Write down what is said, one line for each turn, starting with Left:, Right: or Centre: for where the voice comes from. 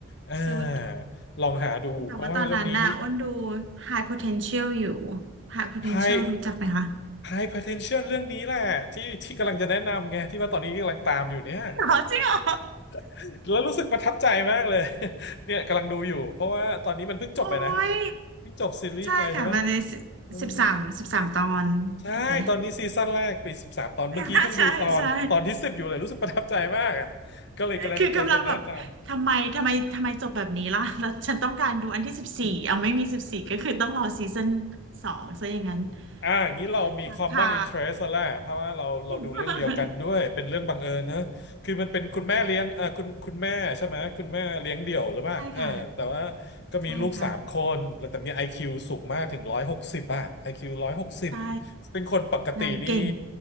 Left: อ่า
Right: Suits
Left: ลองหาดูเพราะว่าเรื่องนี้
Right: แต่ว่าตอนนั้นน่ะอ้นดู High Potential อยู่ High Potential
Left: high
Right: รู้จักไหมคะ
Left: high potential เรื่องนี้แหละที่ที่กำลังจะแนะนำไงที่ว่าตอนนี้กำลังตามอยู่เนี่ย
Right: จริงเหรอจริงเหรอ
Left: <laughs> แล้วรู้สึกประทับใจมากเลย <laughs> เนี่ยกำลังดูอยู่เพราะว่าตอนนี้มันเพิ่งจบไปนะ
Right: โอ้ย
Left: เพิ่งจบซีรีส์ไปใช่ไหม
Right: ใช่ค่ะมันใน
Left: อืม
Right: สิบสามสิบสามตอนถูกไหม
Left: ใช่ตอนนี้ซีซั่นแรกปีสิบสามตอนเมื่อกี้เพิ่งดูตอนตอนที่สิบอยู่เลยรู้สึกประทับใจมากอ่ะ
Right: <laughs> ใช่ใช่
Left: ก็เลยกำลังกำลังจะแนะนำ
Right: คือกำลังแบบทำไมทำไมทำไมจบแบบนี้ล่ะแล้วฉันต้องการดูอันที่สิบสี่เอาไม่มีสิบสี่ก็คือต้องรอซีซั่นสองซะอย่างนั้น
Left: อ่าอย่างนี้เรามี
Right: ค่ะค่ะ
Left: common interest แล้วแหละเพราะว่าเราเราดูเรื่องเดียวกันด้วยเป็นเรื่องบังเอิญนะคือมันเป็นคุณแม่เลี้ยงเออคุณคุณแม่ใช่ไหมคุณแม่เลี้ยงเดี่ยวหรือเปล่าเออแต่ว่า
Right: <laughs> ใช่ค่ะ
Left: ก็มีลูกสามคนแล้วแต่มี
Right: ใช่ค่ะ
Left: IQ สูงมากถึงร้อยหกสิบอ่ะ IQ ร้อยหกสิบ
Right: ใช่
Left: ซึ่งคนปกตินี่
Right: นางเก่ง